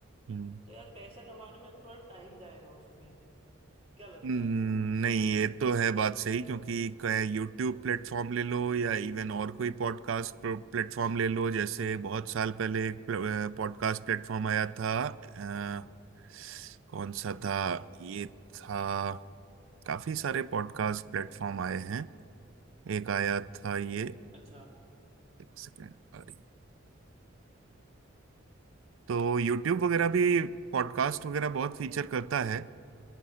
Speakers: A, on the right; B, on the right.
A: हम्म
B: तो यार पैसा कमाने में थोड़ा टाइम जाएगा उसमें क्या लगता
A: हम्म,
B: है
A: नहीं ये तो है बात सही क्योंकि यूट्यूब प्लेटफॉर्म ले लो या इवन और कोई पॉडकास्ट प्लेटफॉर्म ले लो जैसे बहुत साल पहले एक पॉडकास्ट प्लेटफॉर्म आया था अ, कौन सा था ये था काफी सारे पॉडकास्ट प्लेटफॉर्म आए हैं एक आया था ये
B: अच्छा
A: एक सेकेंड अरे तो यूट्यूब वगैरह भी पॉडकास्ट वगैरह बहुत फीचर करता है